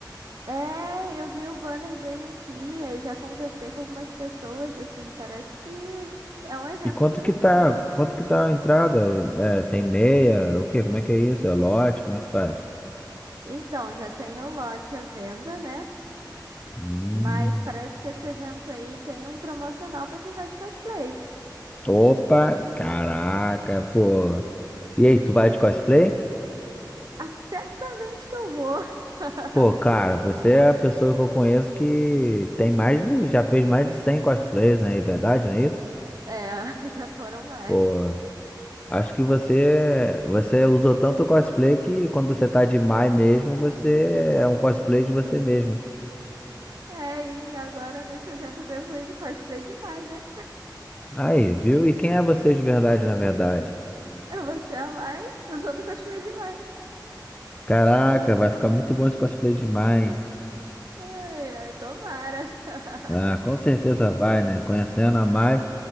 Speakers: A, on the right; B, on the left.
A: é, eu vi o banner dele aqui, aí já conversei com algumas pessoas, assim, parece que é um evento
B: E quanto
A: interessante.
B: que tá? Quanto que tá a entrada? É, tem meia? O quê? Como é que é isso? É lote? Como é que faz?
A: Então, já tem o lote à venda, né?
B: Hum.
A: Mas parece que esse evento aí tem um promocional para quem vai de cosplay.
B: Opa, caraca, pô. E aí, tu vai de cosplay?
A: Ah, certamente que eu vou. <laughs>
B: Pô, cara, você é a pessoa que eu conheço que tem mais de, já fez mais de 100 cosplays, né? É verdade, não é isso?
A: É, já foram mais.
B: Pô, acho que você você usou tanto cosplay que quando você tá de Mai mesmo, você é um cosplay de você mesmo.
A: É, e agora nesse evento eu devo ir de cosplay de Mai, né?
B: Aí, viu? E quem é você de verdade, na verdade?
A: Eu vou ser a Mai usando o cosplay de Mai.
B: Caraca, vai ficar muito bom esse cosplay de Mai. hein?
A: Ai, ai, tomara. <laughs>
B: Ah, com certeza vai, né? Conhecendo a Mai.